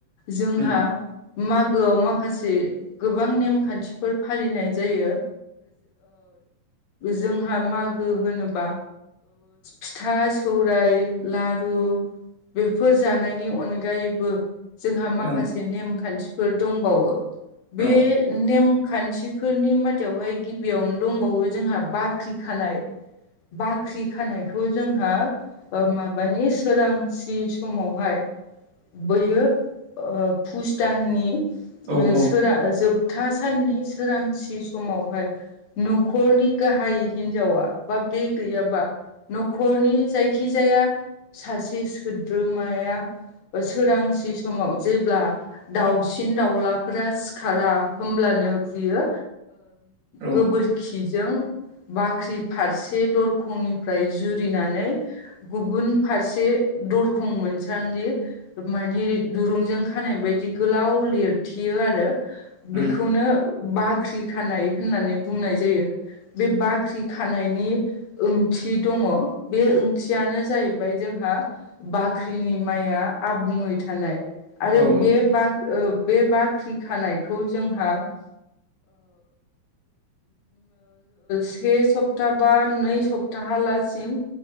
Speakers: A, on the left (about 60°); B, on the right (about 70°).
A: जोंहा
B: उम
A: मागोआव माखासे गोबां नेमखान्थिफोर फालिनाय जायो जोंहा मागो होनोबा फिथा सौराय लारु बेफोर जानायनि अनगायैबो जोंहा माखासे
B: औ उम
A: नेमखान्थिफोर दंबावो बे
B: औ
A: नेमखान्थि फोरनि माथथायावहाय गिबियावनो दंबावो जोंहा बाख्रि खानाय बाख्रि खानायखौ जोंहा माबानि सोरांसि समावहाय बैयो भुस दाननि
B: औ औ
A: सोरा जोबथा साननि सोरांसि समावहाय नखरनि गाहाय हिनजावा बा बे गैयाबा न'खरनि जायखिजाया सासे सोद्रोमाया सोरांसि समाव जेब्ला दाउसिन दाउलाफोरा सिखारा होनोमब्लानो बियो
B: औ
A: गोबोर बाखिजों बाख्रि फारसे दरखंनिफ्राय जुरिनानै गुबुन फारसे दरखं मोनसान्दि मानि दुरुंजों खानाय बायदि गोलाव लिरथियो आरो
B: उम
A: बेखौनो बाख्रि खानाय होननानै बुंनाय जायो बे बाख्रि खानायनि ओंथि दङ बे ओंथियानो जाहैबाय जोंहा बाख्रिनि माइआ आबुङै थानाय आरो
B: औ औ
A: बे बा बे बाख्रि खानायखौ जोंहा से सप्ता बा नै सप्ताहालासिम